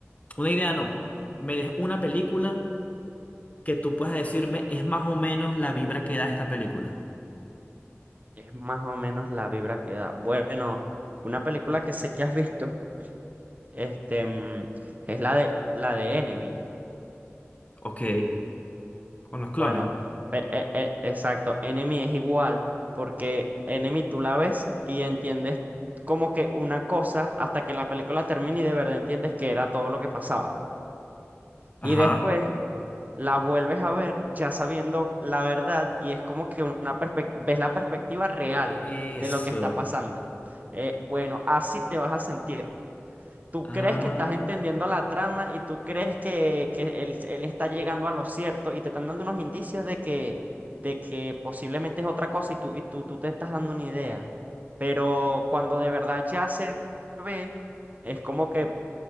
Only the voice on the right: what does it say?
Es más o menos la vibra que da. Bueno, una película que sé que has visto, este, mm, es la de, la de Enemy.
Bueno, e- e- e- exacto. Enemy es igual, porque Enemy tú la ves y entiendes como que una cosa hasta que la película termine y de verdad entiendes que era todo lo que pasaba.
Y después la vuelves a ver ya sabiendo la verdad y es como que una perspec- ves la perspectiva real
de lo que está pasando. Eh, bueno, así te vas a sentir tú
crees que estás entendiendo la trama y tú crees que, que él, él está llegando a lo cierto y te están dando unos indicios de que, de que posiblemente es otra cosa y tú, y tú, tú te estás dando una idea. Pero cuando de verdad ya se ve, es como que